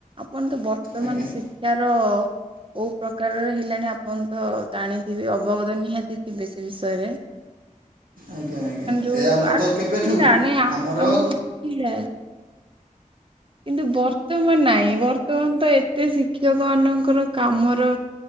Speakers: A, on the right; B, on the right.
A: ଆପଣତ ବର୍ତ୍ତମାନ
B: ଆଜ୍ଞା
A: ଶିକ୍ଷାର କୋଉ ପ୍ରକାରର ହେଲାଣି ଆପଣତ ଜାଣିଥିବେ ଅବଗତ ନିହାତି ଥିବେ ସେ ବିଷୟରେ।
B: ଆଜ୍ଞା ଆଜ୍ଞା
A: ଡୁ
B: ଏ ଆମର
A: ଆକ୍
B: ତ କେବେଠୁ
A: ଥିଲା ନେଆପ
B: ଆମର
A: ଆମୁଁ
B: ହଁ
A: ଥିଲା। କିନ୍ତୁ ବର୍ତ୍ତମାନ ନାଇଁ ବର୍ତ୍ତମାନ ତ ଏ ତେ ଶିକ୍ଷକମାନଙ୍କର କାମର